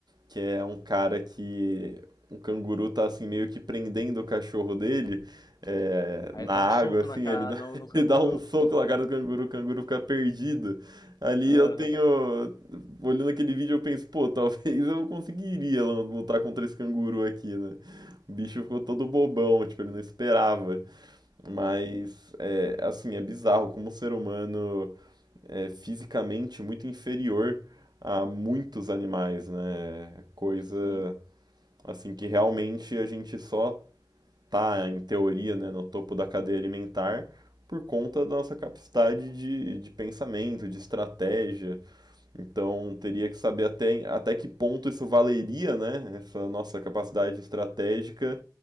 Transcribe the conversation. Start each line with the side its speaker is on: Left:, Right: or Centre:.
Right: que é um cara que o canguru tá assim meio que prendendo o cachorro dele é,
Left: Aí
Right: na
Left: ele
Right: água,
Left: dá um soco
Right: assim,
Left: na cara,
Right: ele dá,
Left: no,
Right: <laughs>
Left: no canguru.
Right: ele dá um soco na cara do canguru, o canguru fica perdido. Ali
Left: Aham,
Right: eu tenho, olhando aquele vídeo, eu penso, pô, <laughs> talvez eu conseguiria lutar contra esse canguru aqui, né? O bicho ficou todo bobão, tipo, ele não esperava. Mas, é, assim, é bizarro como o ser humano é, fisicamente muito inferior a muitos animais, né? Coisa
Left: sim,
Right: assim que realmente a gente só tá, em teoria, né, no topo da cadeia alimentar por conta da nossa capacidade de, de pensamento, de estratégia. Então teria que saber até, até que ponto isso valeria, né? Essa nossa capacidade estratégica